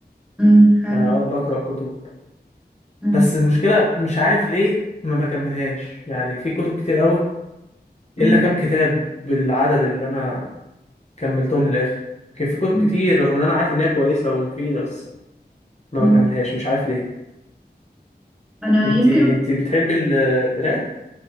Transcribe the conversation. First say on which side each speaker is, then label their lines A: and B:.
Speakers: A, in the centre; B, on the left.
A: امم حلو
B: يعني اوقات بقرا كتب
A: امم
B: بس المشكلة مش عارف ليه ما بكملهاش يعني في كتب كتير قوي إلا
A: امم
B: كام كتاب بالعدد اللي أنا كملتهم للآخر كان في كتب
A: امم
B: كتير رغم إن أنا عارف إن هي كويسة ومفيدة بس ما
A: امم.
B: بكملهاش مش عارف ليه
A: انا
B: انتي
A: يمكن
B: انتي بتحبي ال- القراءة؟